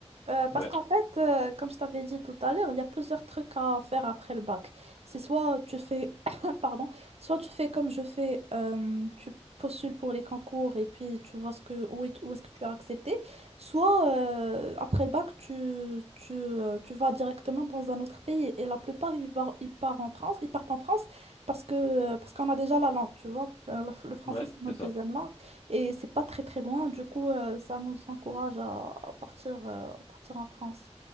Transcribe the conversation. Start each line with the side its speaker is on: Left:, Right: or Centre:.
Right: Euh, parce
Left: Ouais,
Right: qu'en fait, euh, comme je t'avais dit tout à l'heure, il y a plusieurs trucs à faire après le bac. C'est soit tu fais, <laughs> <coughs> pardon, soit tu fais comme je fais, euh, tu postules pour les concours et puis tu vois ce que, où est, où est-ce que tu as accepté, soit euh, après le bac, tu, tu, euh, tu vas directement dans un autre pays. Et la plupart, ils, va- ils partent en France, ils partent en France parce que, parce qu'on a déjà la langue, tu vois. Euh, le le français,
Left: ouais,
Right: c'est notre
Left: c'est ça.
Right: deuxième langue. Et c'est pas très très loin, du coup, euh, ça nous encourage à, à partir, euh, à partir en France.